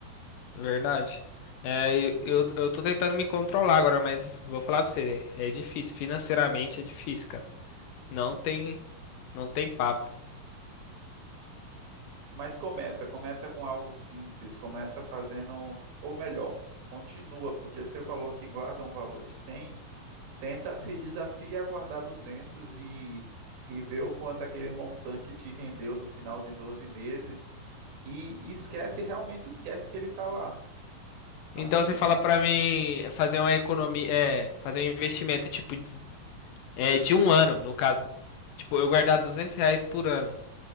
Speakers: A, on the left; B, on the right.
A: verdade. É, eu, eu eu tô tentando me controlar agora, mas vou falar pra você, né? é difícil. Financeiramente é difícil, cara. Não tem, não tem papo.
B: Mas começa, começa com algo simples, começa fazendo, ou melhor, continua, porque você falou que guarda um valor de 100. tenta se desafia a guardar duzentos e, e ver o quanto aquele montante te rendeu no final de doze meses e, e esquece, realmente esquece que ele está lá.
A: Então
B: Assim,
A: você fala pra mim fazer uma economia, é, fazer um investimento tipo É de um ano, no caso. Tipo, eu guardar 200 reais por ano.